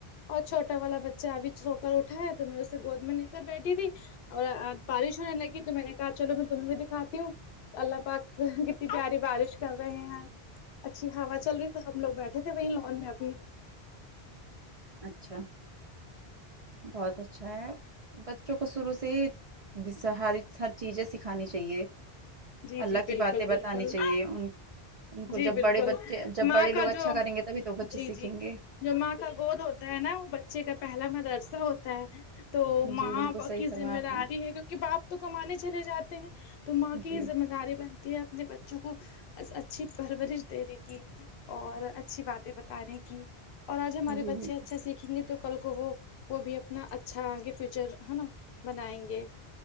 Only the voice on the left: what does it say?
اور چھوٹا والا بچہ ابھی سو کر اٹھا ہے تو میں اسے گود میں لے کر بیٹھی تھی اور ا بارش ہونے لگی تو میں نے کہا چو میں تمہیں بھی دکھاتی ہوں اللہ پاک کتنی پیاری بارش کر رہے ہیں اچھی ہوا چل رہی تھی تو ہم لوگ بیٹھے تھے وہیں لون میں اپنی
جی
جی
بالکل
بالکل
جی
بالکل
ماں
کا جو
جی
جی
جو ماں کا گود ہوتا ہے نا وہ بچے کا پہلا مدرسہ ہوتا ہے تو ماں
کی
ذمہ
داری
ہے کیونکہ باپ تو کمانے چلے جاتے ہیں تو ماں کی
ذمہ داری بنتی ہے اپنے بچوں کو اچھی پرورش دینے کی اور اچھی باتیں بتانے کی اور آج ہمارے
بچے
اچھا سیکھ دکھیں گے تو کل کو وہ وہ بھی اپنا اچھا آگے فیوچر ہے نا بنائیں گے